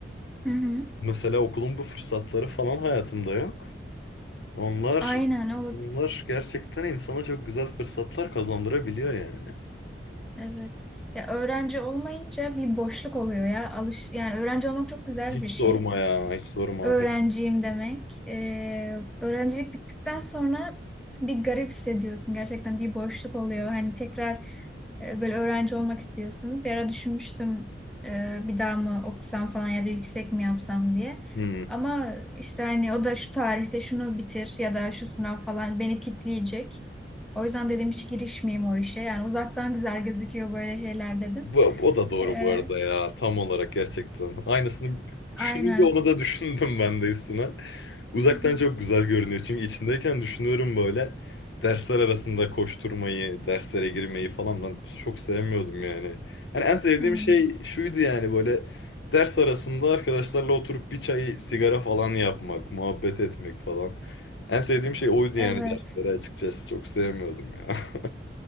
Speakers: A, in the centre; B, on the left.
A: hı. hı.
B: Mesela okulun bu fırsatları falan hayatımda yok. Onlar
A: Aynen o
B: onlar gerçekten insana çok güzel fırsatlar kazandırabiliyor yani.
A: evet. Ya öğrenci olmayınca bir boşluk oluyor ya. Alış yani öğrenci olmak çok güzel
B: Hiç
A: bir
B: sorma
A: şey.
B: ya, hiç sorma.
A: öğrenciyim demek. Ee, öğrencilik bittikten sonra bir garip hissediyorsun. Gerçekten bir boşluk oluyor. Hani tekrar e, böyle öğrenci olmak istiyorsun. Bir ara düşünmüştüm e, bir daha mı okusam falan ya da yüksek mi yapsam diye.
B: Hmm.
A: Ama işte hani o da şu tarihte şunu bitir ya da şu sınav falan beni kitleyecek. O yüzden dedim hiç girişmeyeyim o işe. Yani uzaktan güzel gözüküyor böyle şeyler dedim.
B: Bu, o da doğru
A: Ee,
B: bu arada ya. Tam olarak gerçekten. Aynısını
A: aynen.
B: düşününce onu da <laughs> düşündüm ben de üstüne.
A: <laughs>
B: Uzaktan çok güzel görünüyor. Çünkü içindeyken düşünüyorum böyle. Dersler arasında koşturmayı, derslere girmeyi falan ben çok sevmiyordum yani. Hani en sevdiğim
A: Hmm,
B: şey şuydu yani böyle ders arasında arkadaşlarla oturup bir çay, sigara falan yapmak, muhabbet etmek falan. En sevdiğim şey oydu yani
A: evet.
B: derslere açıkçası çok sevmiyordum ya. <laughs>